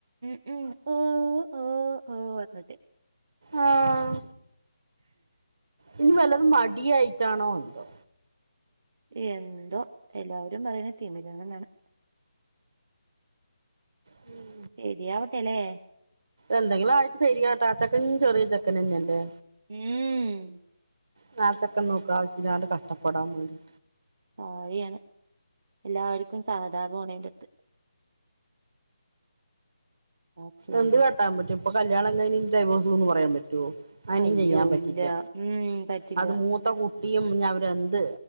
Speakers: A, on the right (about 45°); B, on the right (about 60°).
A: ഉ ഓ ഓ ഓ വന്നിട്ടേ
B: ആഹ ഇനി വല്ല അത് മടിയായിട്ടാണോ എന്തോ
A: എന്തോ എല്ലാവരും പറയുന്ന തീമരാണ്ങ്ങാണ്
B: ഉം
A: ശരി ആവട്ടെല്ലേ
B: എന്തെങ്കിലും ആയിട്ട് തരിയാ ചെക്കൻ ചെറിയ ചെക്കൻ തന്നെയല്ലേ
A: ഹം
B: നേത്തൊക്കെ നോക്ക ആവശ്യമില്ലാണ്ട് കഷ്ടപ്പെടാൻ പോവും
A: വഴിയാണ് എല്ലാവർക്കും സഹതാപമാണ് എന്റെ അടുത്ത് എന്താ ചെയ്യ
B: എന്ത് ക കേട്ടാൻ പറ്റും ഇപ്പൊ ക കല്യാണം കഴിഞ്ഞ് ഡൈവോസ് എന്ന് പറയാൻ പറ്റുമോ അനും
A: അയ്യോ
B: ചെയ്യാൻ പറ്റില്ല
A: ഇല്ല ഉം പറ്റില്ല
B: അത് മൂത്ത കൂട്ട കുട്ടിയും അവര്ന്ത്